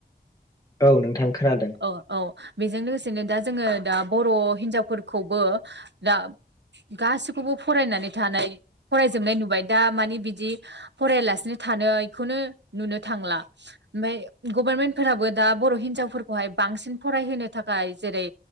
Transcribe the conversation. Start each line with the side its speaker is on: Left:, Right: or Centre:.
Left: औ नोंथां खोनादों।
Right: औ औ बेजों लोगोसेनो दा जोंङो दा बर' हिनजावफोरखौबो दा गासिखौबो फरायनानै थानाय फरायजोबनाय नुबाय दा माने बिदि फराययालासिनो थानायखौनो नुनो थांला ओमफ्राय गभारमेन्टफोराबो दा बर' हिनजावफोरखौहाय बांसिन फरायहोनो थाखाय जेरै